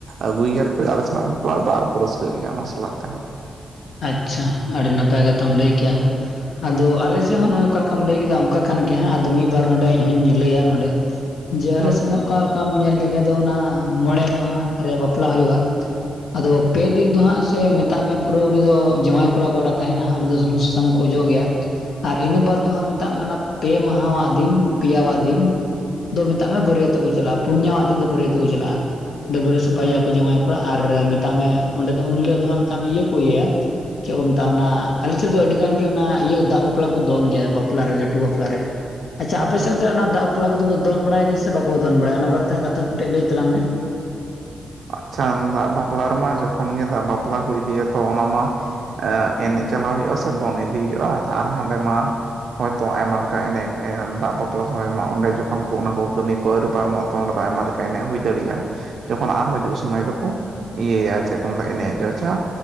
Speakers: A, on the right; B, on the left.
A: ᱟᱹᱜᱩᱭ ᱜᱮᱭᱟ ᱠᱚ ᱟᱞᱮ ᱥᱮᱱᱟᱜ ᱯᱟᱯᱞᱟ ᱨᱮᱫᱚ ᱟᱨ ᱠᱚ ᱨᱟᱹᱥᱠᱟᱹᱭ ᱜᱮᱭᱟ ᱚᱱᱟ ᱥᱟᱞᱟᱜ ᱛᱮᱦᱚᱸ᱾
B: ᱟᱪᱪᱷᱟ ᱟᱹᱰᱤ ᱱᱟᱯᱟᱭ ᱠᱟᱛᱷᱟᱢ ᱞᱟᱹᱭ ᱠᱮᱫᱮᱜ-ᱟ᱾ ᱟᱫᱚ ᱟᱞᱮᱥᱮᱫ ᱦᱚᱸ ᱱᱚᱜ-ᱚᱭ ᱚᱠᱟ ᱞᱮᱠᱟᱢ ᱞᱟᱹᱭ ᱠᱮᱫᱟ ᱚᱱᱠᱟ ᱠᱟᱱ ᱜᱮᱭᱟ ᱦᱟᱸᱜ, ᱟᱫᱚ ᱢᱤᱫ ᱵᱟᱨ ᱱᱚᱰᱮ ᱤᱧ ᱦᱚᱧ ᱞᱟᱹᱭᱟ ᱱᱚᱰᱮ ᱡᱮ
A: ᱦᱮᱸ
B: ᱟᱞᱮ ᱥᱮᱫ ᱦᱚᱸ ᱚᱠᱟ ᱚᱱᱠᱟᱢ ᱧᱮᱞ ᱞᱮᱠᱷᱟᱡ ᱫᱚ ᱚᱱᱟ ᱢᱚᱬᱮ ᱢᱟᱦᱟ ᱨᱮ ᱵᱟᱯᱞᱟ ᱦᱩᱭᱩᱜ-ᱟ᱾ ᱟᱫᱚ ᱯᱮ ᱫᱤᱱ ᱫᱚ ᱦᱟᱸᱜ ᱥᱮ ᱢᱮᱛᱟᱜ ᱢᱮ ᱟᱫᱚ ᱩᱱᱤ ᱫᱚ ᱡᱟᱶᱟᱭ ᱠᱚᱲᱟ ᱚᱠᱚᱭᱴᱟᱜ ᱮ ᱛᱟᱦᱮᱱᱟ ᱦᱟᱜ ᱩᱱᱤ ᱫᱚ ᱥᱩᱱᱩᱢ ᱥᱟᱥᱟᱝ ᱠᱚ ᱚᱡᱚᱜ ᱜᱮᱭᱟ᱾ ᱟᱨ ᱤᱱᱟᱹ
A: ᱦᱮᱸ
B: ᱵᱟᱫᱽ ᱫᱚ ᱦᱟᱸᱜ ᱢᱮᱛᱟᱜ ᱢᱮ ᱚᱱᱟ ᱯᱮ ᱢᱟᱦᱟᱣᱟᱜ ᱫᱤᱱ ᱯᱮᱭᱟᱣᱟᱜ ᱫᱤᱱ ᱫᱚ ᱢᱮᱟᱜ ᱢᱮ ᱵᱟᱹᱨᱭᱟᱹᱛᱚᱜ ᱠᱚ ᱪᱟᱞᱟᱜ-ᱟ᱾ ᱯᱩᱱ ᱡᱟᱣᱟᱜ ᱫᱤᱱ ᱫᱚ ᱵᱟᱹᱨᱭᱟᱹᱛ ᱠᱚ ᱪᱟᱞᱟᱜ-ᱟ᱾ ᱵᱟᱵᱟᱨᱮ ᱥᱟᱯᱷᱟ
A: ᱦᱮᱸ
B: ᱮᱭᱟᱠᱚ ᱡᱟᱶᱟᱭ ᱠᱚᱲᱟ ᱟᱨ ᱢᱮᱛᱟᱜ ᱢᱮ ᱚᱸᱰᱮ ᱫᱚ ᱩᱱ ᱦᱤᱞᱳᱜ ᱫᱚ ᱦᱟᱜ ᱢᱮᱛᱟᱜ ᱢᱮ ᱤᱭᱟᱹ ᱠᱚ ᱤᱭᱟᱹᱭᱟ ᱪᱮᱫ ᱠᱚ ᱢᱮᱛᱟᱜ-ᱟ ᱚᱱᱟ ᱟᱞᱮ ᱴᱷᱮᱱ ᱫᱚ ᱟᱹᱰᱤ ᱜᱟᱱ ᱜᱮ ᱚᱱᱟ ᱤᱭᱟᱹ ᱫᱟᱜ ᱵᱟᱯᱞᱟ ᱠᱚ ᱫᱚᱱ ᱜᱮᱭᱟ ᱵᱟᱯᱞᱟ ᱨᱮ ᱞᱟᱹᱴᱩ ᱵᱟᱯᱞᱟ ᱩᱹ <unintelligible> ᱟᱪᱪᱷᱟ
A: ᱦᱮᱸ
B: ᱟᱯᱮ
A: ᱦᱮᱸ
B: ᱥᱮ ᱫᱚ ᱚᱱᱟ ᱫᱟᱜ ᱵᱟᱯᱞᱟ ᱠᱚᱫᱚ ᱠᱚ ᱫᱚᱱ ᱵᱟᱲᱟᱭᱟ ᱜᱮ ᱥᱮ ᱵᱟᱠᱚ ᱫᱚᱱ ᱵᱟᱲᱟᱭᱟ ᱚᱱᱟ ᱵᱟᱨᱮᱛᱮ ᱠᱟᱛᱷᱟ ᱠᱟᱹᱴᱤᱡ ᱞᱟᱹᱭ ᱛᱟᱞᱟᱝ ᱢᱮ
A: ᱟᱪᱪᱷᱟ ᱫᱟᱜ ᱵᱟᱯᱞᱟ ᱨᱮᱢᱟ ᱡᱚᱠᱷᱚᱱ ᱜᱮ ᱫᱟᱜ ᱵᱟᱯᱞᱟ ᱠᱚ ᱤᱫᱤᱭᱟ ᱛᱚ ᱚᱱᱟ ᱢᱟ ᱮ ᱮᱱᱮᱡ ᱪᱟᱞᱟᱜ ᱦᱩᱭᱩᱜ-ᱟ ᱥᱮ ᱫᱚᱱ ᱤᱫᱤ ᱦᱩᱭᱩᱜ-ᱟ ᱟᱨ ᱦᱟᱸᱰᱮ ᱢᱟ ᱱᱚᱭ-ᱟᱭ ᱛᱚ ᱟᱭᱢᱟ ᱞᱮᱠᱟ ᱮᱱᱮᱡ ᱫᱟᱜ ᱵᱟᱯᱞᱟ ᱥᱚᱢᱚᱭ ᱢᱟ ᱚᱸᱰᱮ ᱡᱚᱠᱷᱚᱱ ᱠᱚ ᱚᱱᱟ ᱠᱚ ᱠᱟᱹᱢᱤ ᱠᱚ ᱟᱹᱭᱨᱤ ᱯᱟᱨᱚᱢᱚ ᱟᱜ ᱛᱚ ᱚᱸᱰᱮ ᱫᱚ ᱟᱭᱢᱟ ᱞᱮᱠᱟ ᱮᱱᱮᱡ ᱦᱩᱭ ᱫᱟᱲᱮᱭᱟᱜ-ᱟ᱾
B: ᱦᱮᱸ <unintelligible>
A: ᱡᱚᱠᱷᱚᱱ ᱟᱨᱦᱚᱸ ᱦᱤᱡᱩᱜ ᱥᱚᱢᱚᱭ ᱫᱚᱠᱚ ᱤᱭᱟᱹᱭᱟ ᱪᱮᱫ ᱠᱚ ᱢᱮᱱᱟ ᱮᱱᱮᱡ-ᱟ ᱟᱪᱪᱷᱟ,